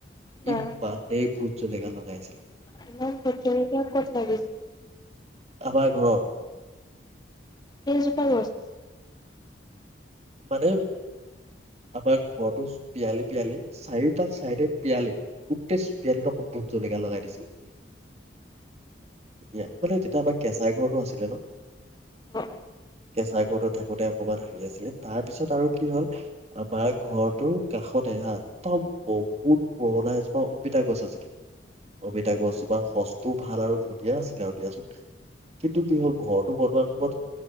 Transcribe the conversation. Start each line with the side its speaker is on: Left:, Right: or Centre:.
Left: বা
Right: ইবা, এই ভুট জলকীয়া লগাই।
Left: ইমান ভুটজলকীয়া ক'ত লাগেছিল।
Right: আমাৰ ঘৰত।
Left: কেইজোপা গছ আছিল?
Right: মানে আমাৰ ঘৰতো পিয়ালি-পিয়ালি চাৰিটা চাইডে পিয়ালি গোটেই পিয়ালিত অক ভোট জলকাীয়া লগাই দিছিলে তেতিয়া মানে তেতিয়া আমাৰ কেঁচাই ঘৰতো আছিলে ন
Left: অ অ
Right: কেঁচাই ঘৰৰতো থাকোতে অকমান হাঁহি আছিলে। তাৰপিছত আৰু কি হল আমাৰ ঘৰটোৰ কাষতে হা একদম বহুত পুৰণা এজোপা অমিতা গছ আছিল। অমিতা গছজোপাৰ সজ ভাল আৰু ধুনীয়া আছিলে আৰু দিয়াচোন কিন্তু কি হ'ল ঘৰটো বনোৱা সময়ত